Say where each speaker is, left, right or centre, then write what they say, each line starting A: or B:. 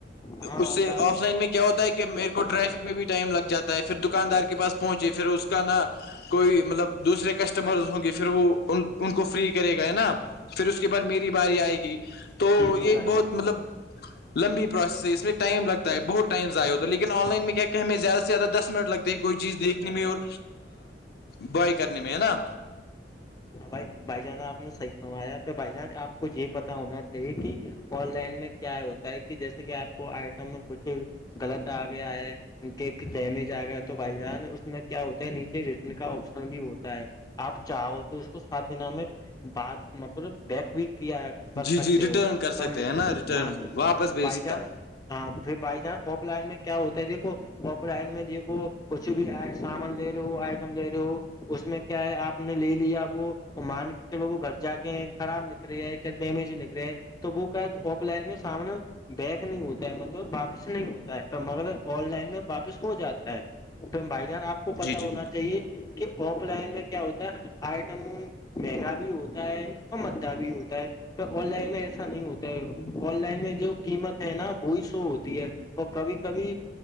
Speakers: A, on the left (about 20°); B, on the left (about 60°).
A: ہاں
B: اس
A: اللہ
B: سے آف لائن میں کیا ہوتا ہے کہ میرے کو ٹریفک میں بھی ٹائم لگ جاتا ہے پھر دکاندار کے پاس پہنچے پھر اس کا نا کوئی مطلب دوسرے کسٹمرز ہوں گے پھر وہ ان ان کو فری کرے گا ہے نا پھر اس کے بعد میری باری آئے گی تو
A: جی جی
B: یہ
A: بھائی
B: بہت
A: جان
B: مطلب لمبی پروسیس ہے اس میں ٹائم لگتا ہےہ ٹائمضائع
A: ہاں
B: ہوتا لیکن
A: ہاں
B: لائن میں کیا کہیں زدہ سے زیادہ دسن لگتا کوئی چیز دیکھنے میں اور بوائے کرنے میں ہے نا
A: ہاں بھائی بھائی جان آپ نے صحیح سنوایا پ بھائی جان آپ کو یہ پتتا ہونا چاہیے کہ آن لائن میں کیا ہوتا ہے کہ جیسے کہ آپ کو آئٹم کچھ غلط آ گیا ہے کہ کہ ڈیمیج آ گیا تو بھائی جان اس میں کیا ہوتا ہے نیچے ریٹرن کا آپشن بھی ہوتا ہے آپ چاہو تو اس کو سات دن میں بعد مطلب ب بھی کیا کر
B: جی
A: سکتے
B: جی ریٹرن
A: ہو
B: کر سکتے
A: تم
B: ہیں نا ریٹرن
A: ہ
B: واپس بھیج
A: بائی
B: سکتا
A: جانس
B: ہوں
A: ہاں پھر بائی جانس آف لائن میں کیا ہوتا ہے دیکھو اورپرن میں دیک کچھ بھی سامان لے رہے ہو آئٹم دے رہے ہو اس میں کیا ہے آپ نے لے لیا وہ مان کے چلو وہ گھر جا کے ہیں خراب نک رہے ہے کیا ڈیمیج نکلے ہے تو وہ کہ آف لائن میں سامنے بیک نہیں ہوتا ہے مطلب واپس نہیں ہوتا ہے مگر آن لائن میں واپس ہو جاتا ہے ا بھائی جان آپ کو پت
B: جی جی
A: ہونا چاہیے کہ آف لائن میں کیا ہوتا ہے مہنگا بھی ہوتا ہے اور مھہ بھی ہوتا ہے تو آن لائن میں ایسا نہیں ہوتا ہے آن لائن میں جو قیمت ہے نا وہی شو ہوتی ہے اور کبھی کبھی